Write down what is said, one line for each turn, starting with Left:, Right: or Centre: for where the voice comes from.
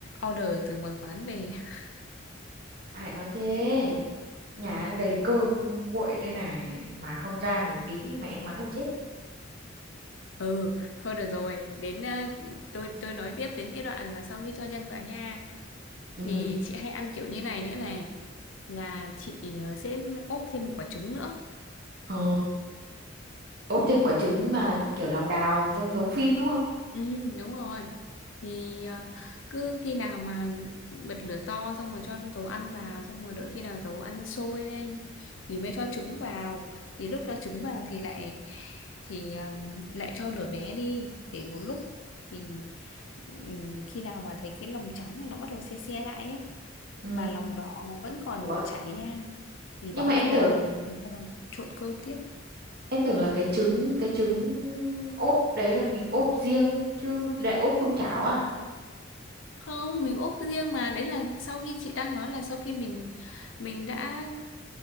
Left: order từ ngoài quán về. <laughs>
Right: ai nói thế nhà đang đầy cơm nguội đây này mà không rang thì phí mẹ em mắng em chết
Left: Ừ, thôi được rồi, đến ờ, tôi tôi nói tiếp đến cái đoạn mà sau khi cho nhân vào nha
Right: ừ
Left: thì chị hay ăn kiểu như này nữa này là chị ờ, sẽ ốp thêm một quả trứng nữa.
Right: ờ ốp thêm quả trứng mà kiểu lòng đào giống giống phim đúng không
Left: Ừ, đúng rồi. Thì à, cứ khi nào mà bật lửa to xong rồi cho dầu ăn vào xong rồi đợi khi nào dầu ăn sôi lên thì mới cho trứng vào. Thì lúc cho trứng vào thì lại thì à, lại cho lửa bé đi để một lúc thì ừ, khi nào mà thấy cái lòng trắng này nó bắt đầu se se lại ấy
Right: ừ
Left: mà lòng đỏ nó vẫn còn
Right: ủa
Left: chảy nha thì
Right: nhưng
Left: bỏ
Right: mà em
Left: ra
Right: tưởng
Left: Xong rồi trộn cơm tiếp.
Right: em tưởng là cái trứng cái trứng ốp đấy là mình ốp riêng chứ lại ốp chung chảo à
Left: không mình ốp riêng mà đấy là sau khi chị đang nói là sau khi mình mình đã